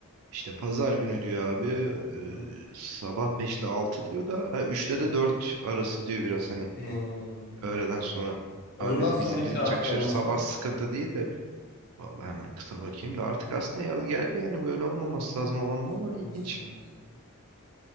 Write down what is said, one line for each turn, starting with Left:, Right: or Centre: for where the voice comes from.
Right: işte pazar günü diyor abi e,
Left: Hı hı.
Right: sabah 5 ile 6 diyor da ha, 3'te
Left: Hı hı.
Right: de 4 arası diyor biraz hani
Left: Hmm.
Right: öğleden sonra.
Left: Ondan
Right: Abi biz,
Left: sonraki
Right: biz, bizim çakışır
Left: hafta nasıl?
Right: sabah sıkıntı değil de vallahi hemen kısa bakayım da artık aslında yaz geldi yani böyle olmaması lazım havanda ama
Left: Sorma,
Right: ilginç.
Left: sorma, sorma.